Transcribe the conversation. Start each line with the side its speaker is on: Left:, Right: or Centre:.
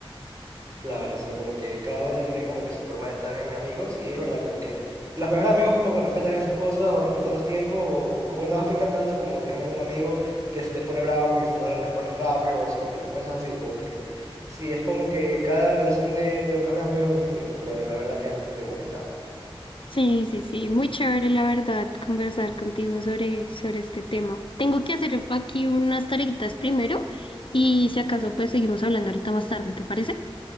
Right: Claro, o sea, como que cada uno tiene como que su forma de estar en amigos y es verdad, como que los mejores amigos como que respetan esas cosas o respetan los tiempos o como que no afectan tanto como, digamos, un amigo que se te pone bravo porque si no le respondes rápido o si, cosas así, como que sí, es como que cada relación de entre mejores amigos es distinto, pero la verdad que es bastante bonita.
Left: Sí, sí, sí, muy chévere la verdad conversar contigo sobre, sobre este tema. Tengo que hacer aquí unas tareitas primero y si acaso pues seguimos hablando ahorita más tarde, ¿te parece?